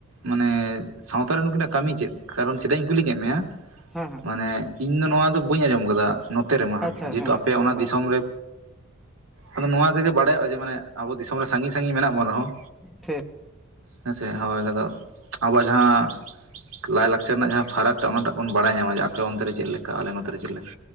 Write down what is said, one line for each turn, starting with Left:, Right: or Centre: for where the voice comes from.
Right: ᱢᱟᱱᱮ ᱥᱟᱶᱛᱟᱨᱮ ᱱᱩᱠᱤᱱᱟᱜ ᱠᱟᱹᱢᱤ ᱪᱮᱫ ᱠᱟᱨᱚᱱ ᱪᱮᱫᱟᱜ ᱤᱧ ᱠᱩᱞᱤ ᱠᱮᱫ ᱢᱮᱭᱟ
Centre: ᱦᱮᱸ ᱦᱮᱸ
Right: ᱢᱟᱱᱮ ᱤᱧ ᱫᱚ ᱱᱚᱣᱟ ᱫᱚ ᱵᱟᱹᱧ ᱟᱸᱡᱚᱢ ᱟᱠᱟᱫᱟ ᱱᱚᱛᱮ ᱨᱮᱢᱟ
Centre: ᱟᱪᱪᱷᱟ
Right: ᱦᱟᱜ ᱡᱮᱦᱮᱛᱩ
Centre: ᱦᱮᱸ
Right: ᱟᱯᱮ
Centre: ᱦᱮᱸ
Right: ᱚᱱᱟ
Centre: ᱦᱮᱸ
Right: ᱫᱤᱥᱚᱢ ᱨᱮ ᱟᱫᱚ ᱱᱚᱣᱟ ᱛᱮᱜᱮ ᱵᱟᱲᱟᱭᱚᱜᱼᱟ ᱡᱮ ᱢᱟᱱᱮ ᱟᱵᱚ ᱫᱤᱥᱚᱢ ᱨᱮ ᱥᱟᱺᱜᱤᱧ ᱥᱟᱺᱜᱤᱧ ᱢᱮᱱᱟᱜ ᱵᱚᱱ ᱨᱮᱦᱚᱸ
Centre: ᱴᱷᱤᱠ
Right: ᱦᱮᱸᱥᱮ ᱦᱳᱭ ᱟᱫᱚ ᱟᱵᱚᱣᱟᱜ ᱡᱟᱦᱟᱸ ᱞᱟᱭᱼᱞᱟᱠᱪᱟᱨ ᱨᱮᱱᱟᱜ ᱡᱟᱦᱟᱸ ᱯᱷᱟᱨᱟᱠᱴᱟᱜ ᱚᱱᱟ ᱴᱟᱜ ᱵᱚᱱ ᱵᱟᱲᱟᱭ ᱧᱟᱢᱟ ᱡᱮ ᱟᱯᱮ ᱚᱱᱛᱮ ᱨᱮ ᱪᱮᱫ ᱞᱮᱠᱟ ᱟᱞᱮ ᱱᱚᱛᱮ ᱨᱮ ᱪᱮᱫ ᱞᱮᱠᱟ